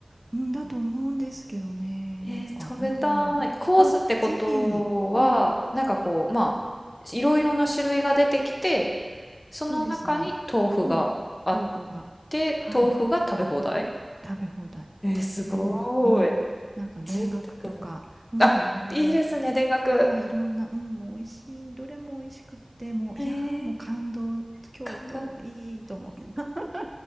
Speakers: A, on the right; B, on the left.
A: うん、だと思うんですけどね。
B: えー、
A: なんか、
B: 食べたい。
A: うん。
B: コースってことは、
A: あ、ぜひ、うん、
B: なんかこう、まあ、いろいろな種類が出てきて、その中に豆腐があっ
A: そうですね。うん、豆腐が、
B: て、
A: はい、
B: 豆腐が食べ放題
A: 食べ放題。
B: えー、すご
A: うん、うん。
B: ーい。
A: なんか田楽とか、
B: 贅沢だ。
A: うん、
B: あ、
A: いろいろ、
B: いいですね、田楽。
A: ああ、いろんな、うん、もう美味しい、どれも美味しくって、もう、
B: へえ、
A: いやー、もう感動、京都、
B: 感動。
A: いいと思って。<laughs>